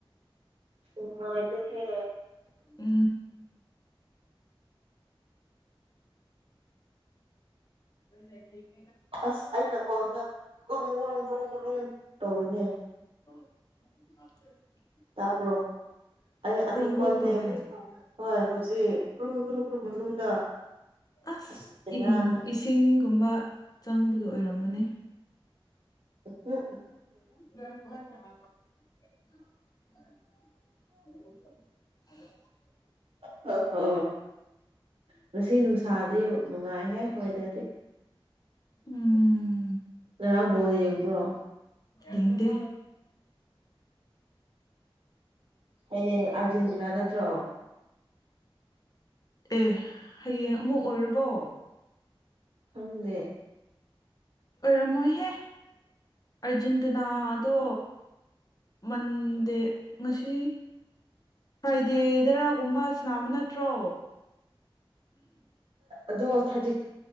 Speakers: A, on the right; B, on the left.
A: ꯎꯗ ꯍꯦ
B: ꯑ ꯎ
A: ꯑꯁ ꯑꯩꯅꯀꯣ ꯀꯨꯝ ꯔꯨꯝ ꯀ꯭ꯔꯨꯝ ꯨꯝ ꯇꯧꯋꯅꯦ
B: ꯑꯦ
A: ꯇꯥꯕ꯭ꯔꯣ ꯑꯩ ꯑꯅꯨꯀꯣꯜꯅꯦ
B: ꯀ꯭ꯔꯣꯡ ꯇꯧꯋꯦ
A: ꯍꯣꯏ ꯍꯧꯖꯤꯛ ꯭ꯔꯨ ꯭ꯔꯨ ꯭ꯔꯨ ꯃꯅꯨꯡꯗ
B: ꯑꯁ
A: ꯑꯁꯔꯅ
B: ꯏꯟ ꯏꯁꯤꯡꯒꯨꯝꯕ ꯆꯪꯕꯒꯤ ꯑꯣꯏꯔꯝꯒꯅꯤ
A: ꯎꯝ
B: ꯎ <unintelligible>
A: ꯍ ꯍꯣ ꯉꯁꯤ ꯅꯨꯡꯁꯥꯗꯤ ꯅꯨꯡꯉꯥꯏꯍꯦ ꯋꯦꯗꯔꯗꯤ
B: ꯎꯝ
A: ꯉꯔꯥꯡ ꯐꯥꯎꯗ ꯌꯦꯡꯕ꯭ꯔꯣ
B: ꯏꯗꯦ
A: ꯍꯌꯦꯡ ꯑꯥꯔꯖꯦꯟꯇꯤꯅꯥ ꯅꯠꯇ꯭ꯔꯣ
B: ꯑꯦ ꯍꯌꯦꯡ ꯑꯃꯨꯛ ꯑꯣꯏꯔꯕꯣ
A: ꯈꯪꯗꯦ
B: ꯑꯣꯏꯔꯝꯃꯣꯏꯍꯦ ꯑꯔꯖꯦꯟꯇꯤꯅꯥꯗꯣ ꯃꯗꯦ ꯉꯁꯤ ꯐ꯭ꯔꯥꯏꯗꯦ ꯗꯔꯥꯒꯨꯝꯕ ꯁꯅꯕ ꯅꯠꯇ꯭ꯔꯣ
A: ꯑꯗꯣ ꯊꯥꯔꯇꯤ